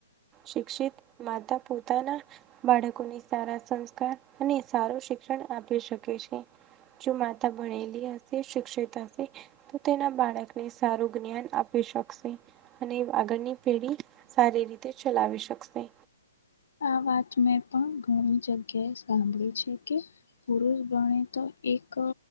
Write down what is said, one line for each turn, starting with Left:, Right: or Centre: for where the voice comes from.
Right: શિક્ષિત માતા પોતાના બાળકોને સારા સંસ્કાર અને સારું શિક્ષણ આપી શકે છે. જો માતા ભણેલી હશે શિક્ષિત હશે. તો તેના બાળકને સારું જ્ઞાન આપી શકશે. અને આગળની પેઢી, સારી રીતે ચલાવી શકશે.
Left: આ વાત મેં પણ ઘણી જગ્યાએ સાંભળી છે કે પુરુષ ભણે તો એક